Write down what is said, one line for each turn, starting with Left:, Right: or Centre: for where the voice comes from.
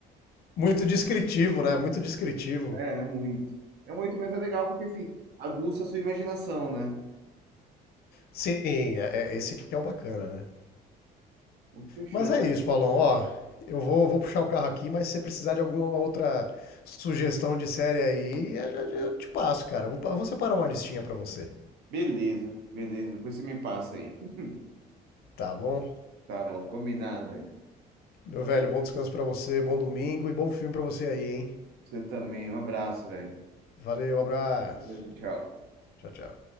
Left: Muito descritivo, né? Muito descritivo.
Right: É, é muito. É muito, mas é legal porque, assim, aguça a sua imaginação, né?
Left: Sim, é, é- esse que é o bacana, né?
Right: Então, Fechou,
Left: Mas é
Right: cara.
Left: isso, Paulão. Ó, eu vou, vou puxar o carro aqui, mas se você precisar de alguma outra sugestão de série aí, eu, já- eu te passo, cara. Eu Vou, pa- eu vou separar uma listinha pra você.
Right: Beleza, beleza. Depois você me passa aí. <laughs>
Left: Tá bom?
Right: Tá bom, combinado, velho.
Left: Meu velho, bom descanso pra você, bom domingo e bom filme pra você aí, hein?
Right: Você também. Um abraço, velho.
Left: Valeu, abraço.
Right: Valeu, Tchau. Tchau.
Left: Tchau, tchau.